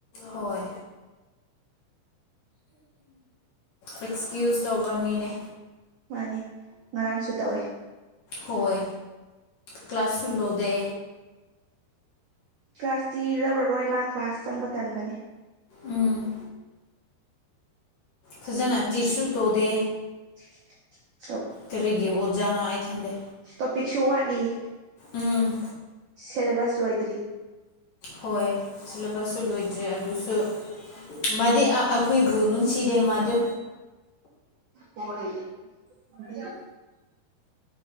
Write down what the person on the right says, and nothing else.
ꯃꯥꯅꯤ ꯉꯔꯥꯡꯁꯨ ꯇꯧꯋꯦ
ꯀ꯭ꯂꯥꯁ ꯇꯤ ꯂꯧꯔꯔꯣꯏ ꯃꯥ ꯀ꯭ꯂꯥꯁ ꯆꯪꯕ ꯇꯟꯕꯅꯦ
<unintelligible>
ꯇꯣꯄꯤꯛꯁꯨ ꯋꯥꯠꯂꯤ
ꯁꯤꯂꯦꯕꯁ ꯂꯣꯏꯇ꯭ꯔꯤ
ꯍꯣꯏ <unintelligible>